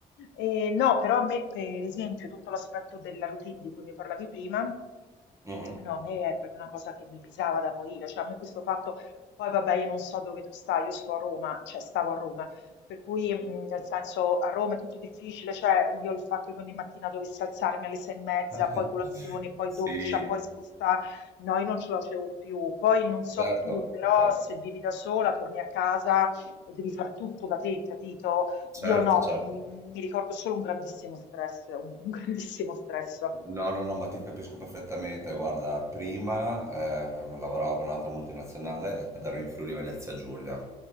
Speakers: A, on the left; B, on the right.
A: Eh, no, però a me per esempio tutto l'aspetto della routine di cui mi parlavi prima,
B: Mhm.
A: no, a me è proprio una cosa che mi pesava da morire, cioè a me questo fatto, poi vabbè io non so dove tu stai, io sto a Roma, cioè stavo a Roma, per cui, mh, nel senso, a Roma è tutto difficile, cioè io il fatto che ogni mattina dovessi alzarmi alle sei e mezza,
B: <laughs>
A: poi colazione, poi doccia, poi
B: Sì,
A: spostare, no, io non ce la facevo più. Poi non so
B: certo,
A: tu, però
B: certo,
A: se vivi da sola, torni a casa e devi far tutto da te, capito?
B: certo,
A: Io no,
B: certo.
A: mi, mi ricordo solo un grandissimo stress, un, un grandissimo stress.
B: No, no, no, ma ti capisco perfettamente. Guarda, prima eh, lavoravo per un'altra multinazionale ed ero in Friuli Venezia Giulia,